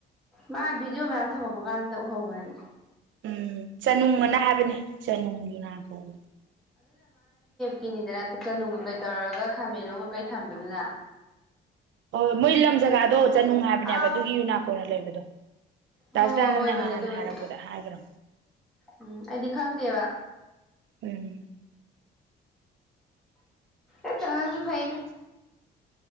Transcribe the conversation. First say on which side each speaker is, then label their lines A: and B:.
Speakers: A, in the centre; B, on the right (about 75°).
A: ꯃꯥ ꯕꯤꯖꯨ ꯃꯌꯥꯝ ꯊꯝꯃꯛꯄ ꯀꯥꯟꯗ ꯎꯍꯧꯅꯤ
B: ꯎꯝ ꯆꯅꯨꯡ ꯑꯅ ꯍꯥꯏꯕꯅꯤ ꯆꯅꯨꯡ ꯌꯨꯅꯥꯒꯣꯜ
A: ꯀꯤꯅꯤꯗꯅ ꯆꯅꯨ ꯀꯀꯩ ꯇꯧꯔꯒ ꯈꯥꯃꯦꯟꯂꯣ ꯀꯀꯩ ꯊꯝꯕꯗꯨꯅ
B: ꯍꯣꯏ ꯍꯣꯏ ꯃꯣꯏ ꯂꯝ ꯖꯒꯥꯗꯣ ꯆꯠꯅꯅꯨꯡ ꯍꯥꯏꯕꯅꯦꯕ
A: ꯑꯥꯎ
B: ꯑꯗꯨꯒꯤ ꯌꯨꯅꯥꯀꯣꯟꯅ ꯂꯩꯕꯗꯣ
A: ꯍꯣꯏ
B: ꯇꯁ
A: ꯑꯣꯏꯕꯅꯦ
B: ꯇꯥꯅ ꯅ ꯍꯥꯟꯅ
A: ꯑꯗꯨꯕꯨꯗꯤ
B: ꯍꯥꯏꯔꯛꯄꯗ ꯍꯥꯏꯈ꯭ꯔ
A: ꯎꯝ ꯑꯩꯗꯤ ꯈꯪꯗꯦꯕ
B: ꯎꯝ
A: ꯑ ꯇꯉꯁꯨ ꯐꯥꯏꯅ